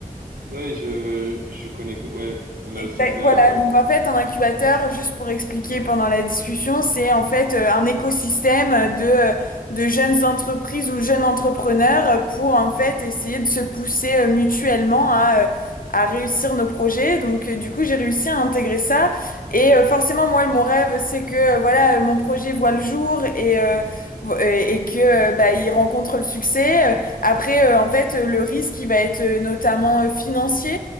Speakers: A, on the right; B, on the left.
A: Ouais, je, je connais, co- ouais, on
B: Exact-
A: a aussi ça.
B: Voilà,
A: euh,
B: donc en fait, un incubateur, juste pour expliquer pendant la discussion, c'est en fait euh, un écosystème de, euh, de jeunes entreprises ou jeunes entrepreneurs euh, pour en fait essayer de se pousser euh, mutuellement à, euh, à réussir nos projets. Donc euh, du coup, j'ai réussi à intégrer ça. Et euh, forcément, moi, mon rêve, c'est que euh, voilà, euh, mon projet voit le jour et, euh, vo- et et que euh, bah, il rencontre le succès. Après, euh, en fait, euh, le risque, il va être euh, notamment euh, financier